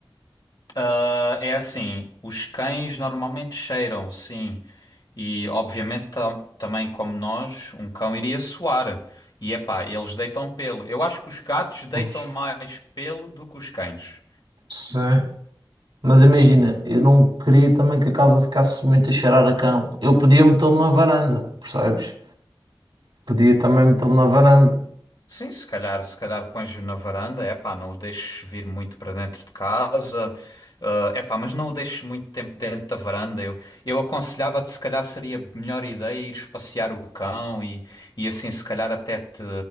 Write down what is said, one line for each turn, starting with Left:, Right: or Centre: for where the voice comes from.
Left: Ah, é assim, os cães normalmente cheiram, sim. E obviamente tam- também como nós, um cão iria suar. E epá, eles deitam pelo. Eu acho que os gatos deitam
Right: Pois.
Left: mais pelo do que os cães.
Right: Sim. Mas imagina, eu não queria também que a casa ficasse muito a cheirar a cão. Eu podia metê-lo na varanda, percebes? Podia também metê-lo na varanda.
Left: Sim, se calhar, se calhar pões-o na varanda, é pá, não o deixes vir muito para dentro de casa, eh, é pá, mas não o deixes muito tempo dentro da varanda. Eu, eu aconselhava-te, se calhar seria a melhor ideia ires passear o cão e, e assim, se calhar, até te,